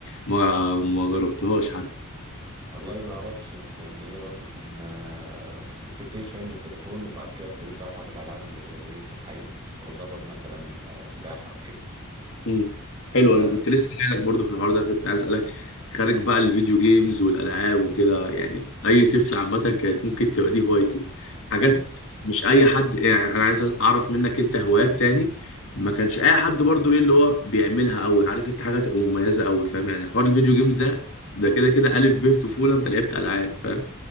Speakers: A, on the left (about 65°); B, on the right (about 20°).
A: ما ما جربتهاش حتى
B: والله ما اعرفش بس يعني ايه برضو كان آه، س- سبتني شويه من التليفون وبعد كده ابتديت بقى العب الالعاب اللي هي ايه في الحقيقه يعني كنت بتدرب مثلا آه، سباحه او كده
A: مم. حلو
B: ف
A: انا كنت لسه جاي لك برضه في الحوار ده كنت عايز اسالك خارج بقى الفيديو جيمز والالعاب وكده يعني اي طفل عامه كانت ممكن تبقى دي هوايته حاجات
B: ايوه
A: مش اي حد يعني انا عايز اعرف منك انت هوايات تاني ما كانش اي حد برضه ايه اللي هو بيعملها قوي عارف انت حاجه تبقى مميزه قوي فاهم يعني حوار الفيديو جيمز ده ده كده كده الف ب طفوله انت لعبت العاب فاهم